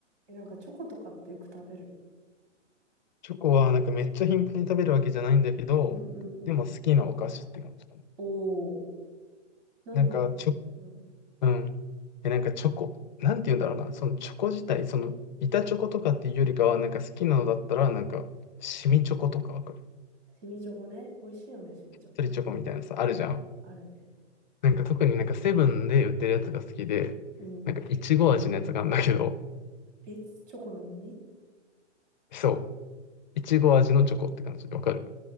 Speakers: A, on the right; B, on the left.
A: え、なんかチョコとかってよく食べる
B: チョコはなんかめっちゃ頻繁に食べるわけじゃないんだけど、
A: うんうんうん。
B: でも好きなお菓子って感じかな。
A: おー、なんのうん。
B: なんかチョ、うん。え、なんかチョコ、なんて言うんだろうな、そのチョコ自体、その板チョコとかっていうよりかは、なんか好きなのだったら、なんか、シミチョコとかわかる。
A: シミチョコね。美味しいよね、シミチョコ。
B: スリチョコみたいなさ、あるじゃん。
A: あるね。
B: なんか特になんかセブンで売ってるやつが好きで、
A: うん。
B: なんかいちご味のやつがあるんだけど、
A: え、チョコなのに
B: そう、いちご味のチョコって感じでわかる。